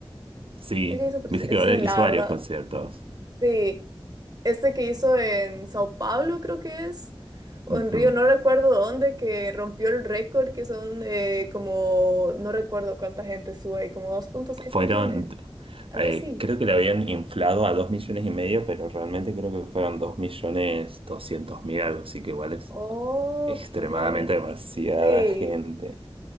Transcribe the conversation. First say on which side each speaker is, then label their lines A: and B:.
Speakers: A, on the right; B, on the right.
A: Sí,
B: Ella hizo prese-
A: viste que
B: Sí,
A: ahora hizo
B: la verdad.
A: varios conciertos.
B: Sí. Este que hizo en Sao Paulo, creo que es. O
A: Ujú.
B: en Río, no recuerdo dónde, que rompió el récord, que son eh, como, no recuerdo cuánta gente sube ahí, como dos punto seis
A: Fueron,
B: millones, algo
A: eh,
B: así.
A: creo que le habían inflado a dos millones y medio, pero realmente creo que fueron dos millones doscientos mil algo, así que igual es
B: Ok.
A: extremadamente demasiada
B: Sí,
A: gente.